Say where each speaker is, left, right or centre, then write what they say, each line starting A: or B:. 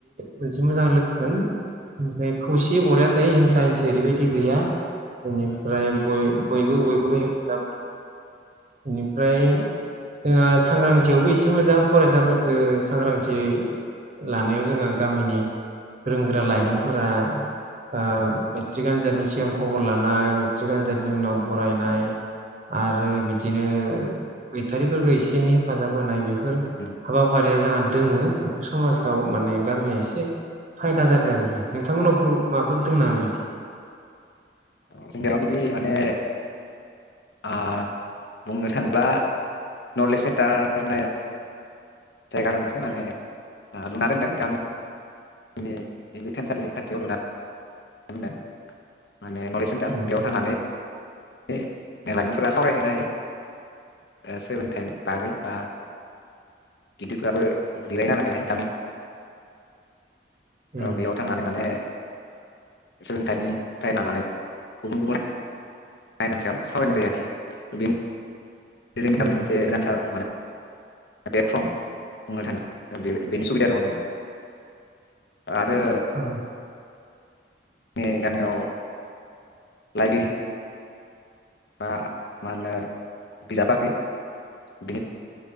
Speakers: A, on the right; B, on the left.
A: मोनसे मोजां <unintelligible> ओमफ्राय खौसेै बरया थायो हिंसा हिंसा ओरैबायदि गैया बेनिफ्राय बयबो बयखौबो हेफाजाब बेनिफ्राय जोंहा सांग्रांथियावबो एसे मोजां फरायसाफोरखौ सांग्रांथि लानायाव जोंहा गामिनि गोरों गोरा लाइमोनफोरा
B: उम
A: ओ मेट्रिक आनजादनि सिगां खबर लानाय मेट्रिक आनजादनि उनाव बरायनाय आरो बिदिनो गैथारिफोरखौ एसे एनै हेफाजाब होनाय
B: उम उम
A: हाबाफारिया <unintelligible> दोङो बेखौ समाजाव माने गामिया एसे खायदा जादों आरोखि। नोंथांमोननावफोर माबाफोर दोङो नामा बिदि?
B: जोंनियाव बिदि माने ओ बुंनो थाङोब्ला नलेज सेन्टार होननाय जायगा आरो मोनसे माने लुना दोनदों गामि जोंनि बे थानसालि खाथियाव लुना <unintelligible> माने नलेज सेन्टार
A: उम
B: बेयाव थांनानै बे <unintelligible> सावरायहैनो हायो। सोलोंथायनि बागै बा गिदिरफोराबो जिरायना <unintelligible> <unintelligible> थ'
A: उम
B: बेयाव थांनानै माने सोलोंथाइनिफ्राय लानानै गुबुन गुबुन नायगान सायाव सावरायनाय जायो आरोखि बेनो बे जोंनि
A: उम
B: गामिनि मोनसे गोनांथार माने प्लेटफ्रम बुंनो थाङो बे बेनि सुबिदा दङ जों आरो
A: उम
B: जोंनि गामियाव लाइब्रेरि बा मा होनो बिजाब बाख्रि बि